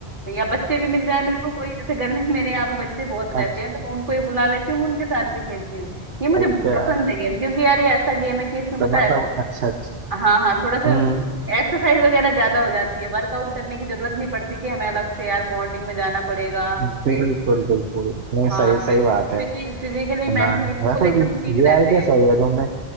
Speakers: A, on the right (about 50°); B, on the right (about 75°).
A: या बच्चे भी मिल जाए मेरे को कोई जैसे गले मेरे यहाँ पे बच्चे बहुत रहते
B: अच्छा
A: हैं तो मैं उनको ही बुला लेती हूँ मैं उनके साथ भी खेलती हूँ ये मुझे
B: अच्छा
A: पसंद है गेम क्योंकि यार ये ऐसा गेम है कि इसमें पता
B: तो मतलब
A: है
B: अच्छा अच्छा
A: हाँ हाँ थोड़ा सा
B: हम्म
A: एक्सरसाइज वगैरह ज्यादा हो जाती है वर्कआउट करने की जरूरत नहीं पड़ती कि हमें अलग से यार मॉर्निंग में जाना पड़ेगा
B: बिल्कुल बिल्कुल नहीं
A: हाँ
B: सही
A: तो
B: सही
A: इसमें
B: बात है
A: फिजिकली मेंटली
B: हाँ
A: बिल्कुल
B: वैसे
A: एकदम
B: भी
A: ठीक
B: ये
A: रहते
B: आइडिया
A: हैं
B: सही है तुमने